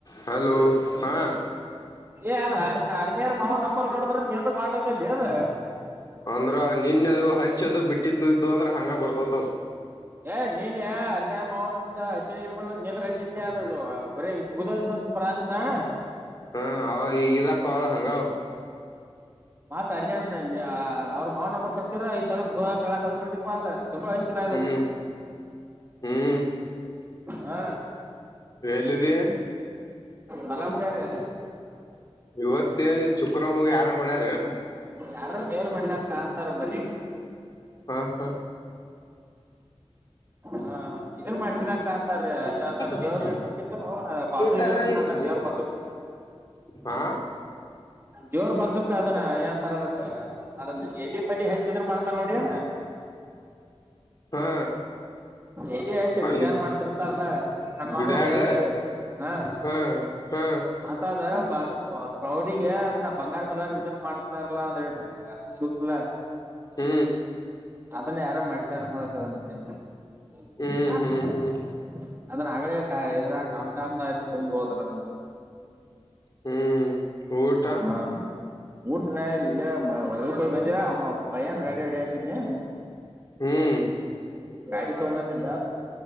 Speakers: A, on the left; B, on the right.
A: Hello ಹಾ
B: ಏ ಅಡು ಅಡುಗೆ ಅಡುಗೆಯಾರ ಮಾವ ನಂಬರ್ ಕೊಟ್ರಂತೆ ಏನು ಪಾಜಕ ಜೋವೆ.
A: ಅಂದ್ರೆ ನಿನ್ನೆ ಅದು ಹಚ್ಚದು ಬಿಟ್ಟಿದ್ದು ಅಂದ್ರ ಹಂಗ ಬರ್ತಿತು
B: ಏ ನಿನ್ನೆ ಅಗ್ಣೆ ಮಾವಂತ ಹಚ್ಚಿನೖ ನಿನ್ಗ್ ಹಚ್ಚಿದ್ರ ಆದ್ರೂ ಬರೇ ಮುಗ್ದೋದು ಮತ್ತಿಪುರ ಅದನಾ.
A: ಹ ಅವ ಇದಕ್ಕ ಹಂಗ ಅವು
B: ಮಾತು ಅರಿಯನ್ ಹ್ರಾ ಅವರ ಮಾವನು ನಂಬರ್ ಕೊಚರ ಈ ಸಲ ಗ್ರೋ ಚಳ ಕದ ಬಿಡ್ತಿಪ್ಪ ಚಲೋ ಐತಿ
A: ಹ್ಮ್ ಹ್ಮ್
B: ಹ
A: ಎಲ್ಲಿದಿ
B: ಮಲ್ಲಮು ಕಾಗೆ,
A: ಇವತ್ತೆ ಚುಕ್ರಮಳಿ ಹಾರ ಮಾಡ್ಯಾರೇನು
B: ಯಾರು ಕೇರು ಮಾಡಿಲ್ಲ ಕಾಣತಾರು ಬದಿಗ
A: ಹಾ ಹಾ
B: ಹಾ ಇದು ಮಾಡ್ಸಿಣಕ ಅಂತಾರೆ ಯಾವುತರ
A: ಅರ್ಸಕ್ ಹೋಗ್ಬೇಡ
B: ದೇವರಿಗೆ ಹಣ್ಣುಪಿತ್ತುನೋ ಬಾಜು
A: ಬೇಕಾದ್ರಾಗದಿ
B: ಇದುನ್ ನಡ್ತಾಲ್ಲ ದೇವ್ರ ಬಾಜುಗ,
A: ಹಾ
B: ಜೋರ್ ಮಸಕ್ ಅದನ್ನ ಯಾವ ತರದಕ್ಕ ಅದನ್ನ ಎಲ್ಲಿ ಪಲ್ಲಿ ಹೆಚ್ಚಿದ್ರ ಮಾಡ್ತಾರ ನೋಡ್ಯಾನ
A: ಹಾ
B: ಎಲೆಹಚ್ಚು ಆಯ್ತು
A: ಅಲ್ಲಿ
B: ಡಿಸೈನ್ ಮಾಡ್ತಿರ್ತಾರಲ್ಲ ಮಾಡ್ತಿರ್ತಾರಲ್ಲ ಕಂಡ್ಮ
A: ಗುಡ್ಯಾಗ
B: ಹೊಡಿ ಆಯ್ತ ಹ
A: ಹಾ ಹಾ
B: ಮಾತದ ಪಾತಚವ ಕ್ಲೌಡಿಗೆ ಅದನ್ನ ಬಂಗಾರು ಕಲರ್ ಇದನ್ ಮಾಡ್ತಾರಲ್ಲಾ ಒಂದ್ರೆಡ್ ಸೂತಲ
A: ಹ್ಮ್
B: ಅದನ್ನು ಯಾರು ಮಾಡಿ ಸಾರ ತನಿಚನು
A: ಹ್ಮ್
B: <unintelligible>
A: ಹ್ಮ್ ಹ್ಮ್
B: ಅದನ್ನ ಅಳಲೆಕಾಯಿ ಇದ್ರ ಟಮ್ ಟಮ್ <unintelligible> ಹೋದ್ರ
A: ಹ್ಮ್ ಊಟ
B: ಹಾ ಊಟ ನ ಇಲೆ ಹೊಲುಕ್ಕೋಗ್ ಬಂದು ಭೈಯನ ಗಾಡಿ ಹೊಡಿತಿದ್ನಾ
A: ಹ್ಮ್
B: ಗಾಡಿ ತಗೊಂಡ್ ಬಂದಿದ್ದ